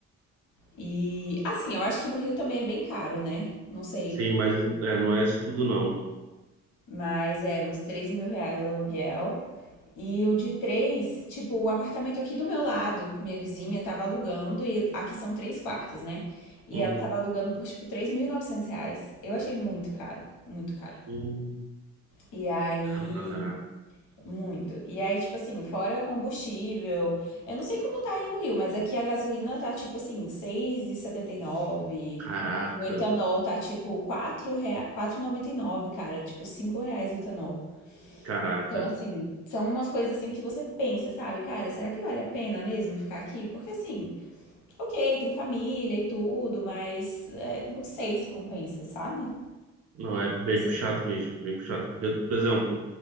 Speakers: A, on the left; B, on the right.
A: E, assim, eu acho que no Rio também é bem caro, né? Não sei.
B: Sim, mas é, não é isso tudo, não.
A: Mas é uns três mil reais o aluguel. E o de três, tipo, o apartamento aqui do meu lado, que minha vizinha tava alugando, e aqui são três quartos, né? E
B: Uhum.
A: ela tava alugando por, tipo, 3.900 reais. Eu achei muito caro, muito caro.
B: Hum,
A: E aí,
B: caro pra caraca.
A: Muito. E aí, tipo assim, fora combustível. Eu não sei como tá aí no Rio, mas aqui a gasolina tá tipo assim, seis e e setenta e nove
B: Caraca.
A: O etanol tá tipo 4 rea... quatro e noventa e nove cara. Tipo, 5 reais o etanol.
B: Caraca.
A: Então, assim, são umas coisas assim que você pensa, sabe? Cara, será que vale a pena mesmo ficar aqui? Porque assim, ok, tem família e tudo, mas é, não sei se compensa, sabe?
B: Não, é bem
A: Sim.
B: puxado mesmo, bem puxado. Porque, por exemplo,